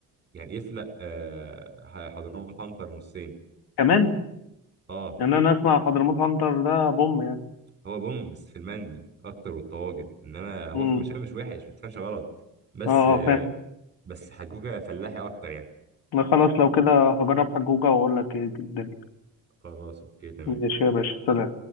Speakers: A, on the right (about 25°); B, on the left (about 80°).
A: يعني يفلق آه، حضرموت عنتر نصين
B: كمان
A: اه
B: يعني انا اسمع حضرموت عنتر ده بوم يعني
A: هو بوم بس في المندي اكتر والطواجن انما هو
B: امم
A: في المشاوي مش وحش ما تفهمش غلط بس
B: اه اه فاهم
A: بس حجوجه فلاحي اكتر يعني
B: لا خلاص لو كده هجرب حجوجة واقول لك ايه الدنيا
A: خلاص اوكي تمام
B: ماشي يا باشا سلام